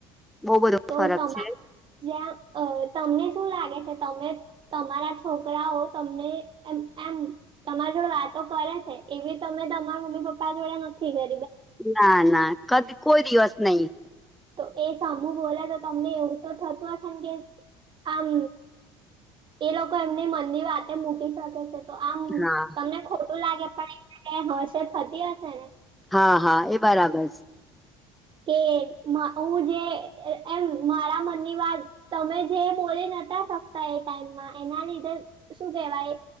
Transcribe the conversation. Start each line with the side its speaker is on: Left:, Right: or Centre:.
Centre: બહુ બધો
Right: તો
Centre: ફરક
Right: તમા
Centre: છે
Right: જે્યા, અ તમને શું લાગે છે, તમે તમારા છોકરાઓ તમને એ એમ તમા જો વાતો કરે છે, એવી તમે તમારા મમ્મી પપ્પા જોડે નથી, ગય
Centre: ના, ના કદી કોઈ દિવસ નહીિ
Right: તો એ સમૂહ બોલે, તો તમને એવુ તો થતુ હશે, ને કે આમ એ લોકો એમની મનની વાતે મૂકી શકે છે. તો આમ
Centre: હા
Right: તમને ખોટુ લાગે પણ હશે, થતી હશે ને
Centre: હા, હા એ બરાબર સ
Right: કે મા હું, જે એમ મારા મનની વાત, તમે જે બોલી નતા શકતા એ ટાઈમ એના લીધે શું કેહેવાય